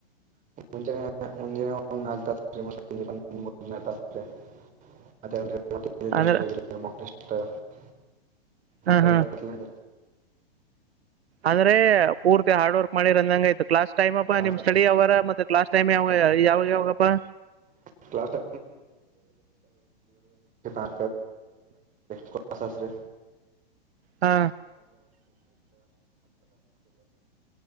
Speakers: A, on the right; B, on the right.
A: ಮುಂಚ ಮುಂ ಒ <unintelligible>
B: ಅಂದ್ರೆ
A: <inaudible>
B: ಹಾ
A: ಅದ
B: ಹಾ
A: ಬತ್ ನಗ
B: ಅಂದ್ರೆ ಪೂರ್ತಿ ಹಾರ್ಡ್ ವರ್ಕ್ ಮಾಡಿರಂದಂಗ ಆತು ಕ್ಲಾಸ್ ಟೈಮ್ ಅ
A: ಹಾಂ
B: ನಿಮ್
A: ಸರ್
B: ಸ್ಟಡಿ ಅವರ ಮತ್ತ ಕ್ಲಾಸ್ ಟೈಮ್ ಯಾವಾಗ ಪ್ಪಾ
A: <unintelligible> ಸಂಚ ಕ ಕ ಆ ಸ್ಟ
B: ಹಾ